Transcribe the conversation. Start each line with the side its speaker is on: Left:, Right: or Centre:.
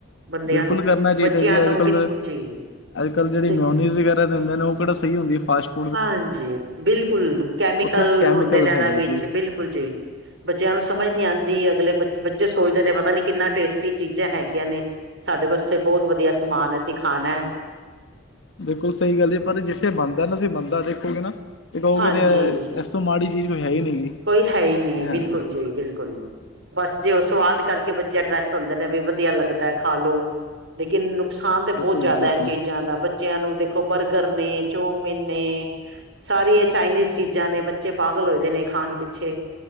Right: ਬੰਦਿਆਂ
Left: ਬਿਲਕੁਲ
Right: ਨੂੰ
Left: ਕਰਨਾ ਚਾਹੀਦਾ
Right: ਬੱਚਿਆਂ
Left: ਜੀ
Right: ਨੂੰ
Left: ਅੱਜ ਕੱਲ੍ਹ
Right: ਬਿਲਕੁਲ ਜੀ।
Left: ਅੱਜ ਕੱਲ ਜਿਹੜੀ
Right: ਤੇ
Left: ਮਿਉਨੀਜ਼ ਵਗੈਰਾ ਦਿੰਦੇ ਉਹ ਕਿਹੜਾ ਸਹੀ ਹੁੰਦੀ ਫਾਸਟਫੂਡ।
Right: ਹਾਂਜੀ, ਬਿਲਕੁਲ ਕੈਮੀਕਲ
Left: ਉਹ ਸਿਰਫ ਕੈਮੀਕਲ
Right: ਹੁੰਦੇ ਨੇ
Left: ਹੈਗੇ
Right: ਇਹਨਾਂ ਵਿੱਚ
Left: ਜੀ
Right: ਬਿਲਕੁਲ ਜੀ। ਬੱਚਿਆਂ ਨੂੰ ਸਮਝ ਨੀ ਆਉਂਦੀ ਅਗਲੇ ਬੱਚੇ ਸੋਚਦੇ ਨੇ ਪਤਾ ਨੀ ਕਿੰਨਾ ਟੇਸਟੀ ਚੀਜ਼ਾਂ ਹੈਗੀਆਂ ਨੇ। ਸਾਡੇ ਵਾਸਤੇ ਬਹੁਤ ਵਧੀਆ ਸਮਾਨ ਅਸੀਂ ਖਾਣਾ ਹੈ।
Left: ਬਿਲਕੁਲ ਸਹੀ ਗੱਲ ਪਰ ਜਿੱਥੇ ਬਣ। ਅੰਦਰ ਤੁਸੀਂ ਮੰਦਿਰ ਦੇਖੋਗੇ ਨਾ, ਤੇ ਕਹੋਗੇ
Right: ਹਾਂਜੀ
Left: ਤੇ ਇਸ ਤੋਂ ਮਾੜੀ ਚੀਜ਼ ਕੋਈ ਹੈਈ ਨਹੀਂ ਗੀ
Right: ਕੋਈ ਹੈਈ ਨਹੀਂ,
Left: ਹਾਂ
Right: ਬਿਲਕੁਲ ਜੀ, ਬਿਲਕੁਲ ਬਸ ਜੇ ਓ ਸਵਾਦ ਕਰਕੇ ਬੱਚੇ ਅਟਰੈਕਟ ਹੁੰਦੇ ਨੇ, ਵੀ ਵਧੀਆ ਲੱਗਦਾ ਖਾ ਲੋ ਲੇਕਿਨ, ਨੁਕਸਾਨ ਤਾਂ
Left: ਬਿਲਕੁਲ
Right: ਬੋਤ ਜ਼ਿਆਦਾ
Left: ਜੀ ਬਿਲਕੁਲ
Right: ਏਨਾ ਚੀਜ਼ਾਂ ਦਾ ਬੱਚਿਆਂ ਨੂੰ ਦੇਖੋ ਬਰਗਰ ਨੇ, ਚੌਮਿਨ ਨੇ ਸਾਰੀ ਇਹ ਚਾਈਨੀਜ਼ ਚੀਜ਼ਾਂ ਨੇ, ਬੱਚੇ ਪਾਗਲ ਹੋਏਦੇ ਨੇ ਖਾਣ ਪਿੱਛੇ